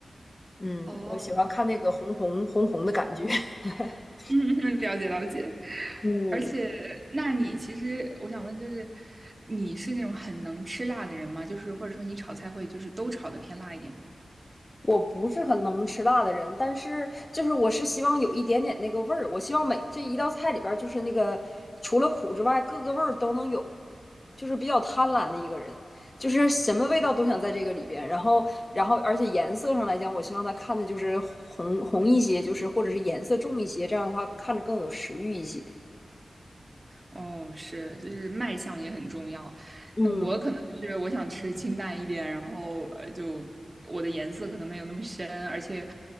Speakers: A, on the left; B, on the right.
A: 嗯，
B: 哦，
A: 我喜欢看那个红红红红的感觉。<laughs>
B: 嗯嗯，了解了解。
A: 嗯，
B: 而且，那你其实我想问，就是你是那种很能吃辣的人吗？就是或者说你炒菜会就是都炒的偏辣一点吗？
A: 我不是很能吃辣的人，但是就是我是希望有一点点那个味儿，我希望每这一道菜里边儿就是那个除了苦之外，各个味儿都能有，就是比较贪婪的一个人，就是什么味道都想在这个里边，然后然后而且颜色上来讲，我希望他看的就是红红一些，就是或者是颜色重一些，这样的话看着更有食欲一些。
B: 哦，是，就是卖相也很重要。
A: 嗯，
B: 那我可能是我想吃清淡一点，然后呃，就我的颜色可能没有那么深，而且，